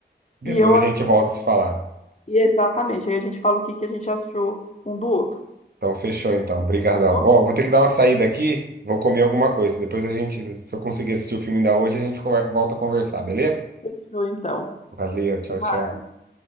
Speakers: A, on the right (about 60°); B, on the left (about 40°).
A: Depois
B: e eu
A: a
B: assisto.
A: gente volta a se falar.
B: Exatamente. Aí a gente fala o que que a gente achou um do outro.
A: Então, fechou então. Brigadão.
B: Ok,
A: Ó, vou ter que dar uma saída aqui, vou comer alguma coisa. Depois a gente, se eu conseguir assistir o filme ainda hoje, a gente conver- volta a conversar, beleza?
B: fechou então.
A: Valeu, tchau,
B: Até mais.
A: tchau.